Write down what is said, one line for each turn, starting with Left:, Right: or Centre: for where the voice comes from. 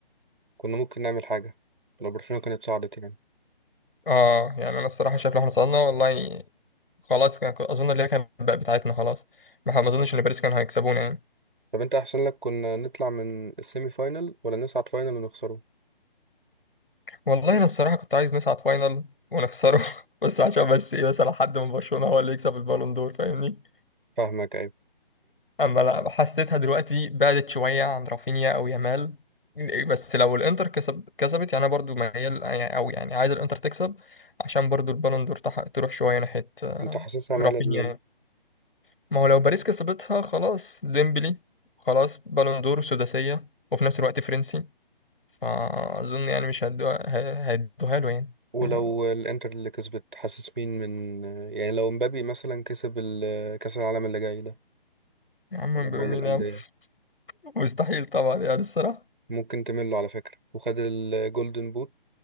Right: كنا ممكن نعمل حاجة لو برشلونة كانت صعدت يعني
Left: اه يعني انا الصراحه شايف لو احنا صعدنا والله خلاص كان كنت اظن اللي هي كانت بقى بتاعتنا خلاص ما ما اظنش ان باريس كانوا هيكسبونا يعني
Right: طب انت احسن لك كنا نطلع من السيمي فاينال ولا نصعد فاينال ونخسره
Left: والله انا الصراحه كنت عايز نصعد فاينل ونخسره <laughs> بس عشان بس ايه مثلا حد من برشلونه هو اللي يكسب البالون دور فاهمني
Right: فاهمك عيب
Left: اما لا حسيتها دلوقتي بعدت شويه عن رافينيا او يامال إيه، بس لو الانتر كسب كسبت يعني انا برضو ميال يعني او يعني عايز الانتر تكسب عشان برضو البالون دور تح- تروح شويه ناحيه آه،
Right: انت حاسسها مالة
Left: رافينيا
Right: لمين
Left: يعني ما هو لو باريس كسبتها خلاص ديمبلي خلاص بالون دور سداسيه وفي نفس الوقت فرنسي فأظن يعني مش هدوها هيدوها له يعني
Right: ولو
Left: فاهم؟
Right: الانتر اللي كسبت حاسس مين من يعني لو مبابي مثلا كسب ال- كأس العالم اللي جاي ده
Left: يا عم
Right: اللي
Left: مبابي
Right: هو للأندية
Left: مين يا عم <laughs> مستحيل طبعا يعني الصراحة
Right: ممكن تمله على فكرة وخد الجولدن بوت